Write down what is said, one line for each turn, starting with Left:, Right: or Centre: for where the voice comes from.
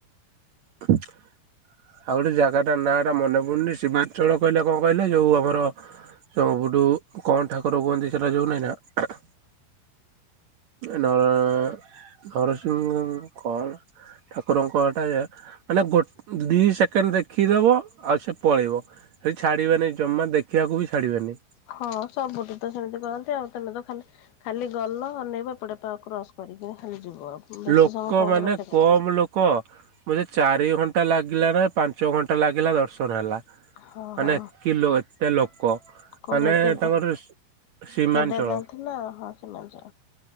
Right: <inaudible> ଆଉ ଗୋଟେ ଜାଗାଟା ନାଁ ଟା ମନେ ପଡୁନି ସୀମାଞ୍ଚଳ କହିଲେ କଣ କହିଲେ ଯୋଉ ଆମରୁଠୁ କଣ ଠାକୁର କୁହନ୍ତି ସେଟା ଯୋଉ ନାହିଁ ନା ନର ନରସିଂହ କଣ ଠାକୁରଙ୍କଟା ମାନେ ଗୋ ଦି ସେକେଣ୍ଡ ଦେଖିଦବ ଆଉ ସେ ପଳେଇବ ସେ ଛାଡିବେନି ଜମା ଦେଖିବାକୁ ବି ଛାଡିବେନି।
Left: ହଁ ସବୁଠି ତ ସେମିତି କହନ୍ତି ଆଉ ତମେ ତ ଖାଲି ଖାଲି ଗଲ ଅନେଇବା ଏପଟେ ପା କ୍ରସ କରିକି ଖାଲି ଯିବ ବେଶୀ
Right: ଲୋକ
Left: ସମୟ ତମକୁ
Right: ମାନେ
Left: ରଖିପାରିବେନି।
Right: କମ ଲୋକ ବୋଧେ ଚାରି ଘଣ୍ଟା ଲାଗିଲା ନା ପାଞ୍ଚ ଘଣ୍ଟା ଲାଗିଲା ଦର୍ଶନ ହେଲା।
Left: ହଁ
Right: ମାନେ
Left: ହଁ
Right: ଏକ ଲ ଏତେ ଲୋକ
Left: କୋଉଠି
Right: ମାନେ
Left: କେତେ
Right: ତାଙ୍କର ସୀମାଞ୍ଚଳ
Left: କେଦାରନାଥ ନା ହଁ ସେମାନ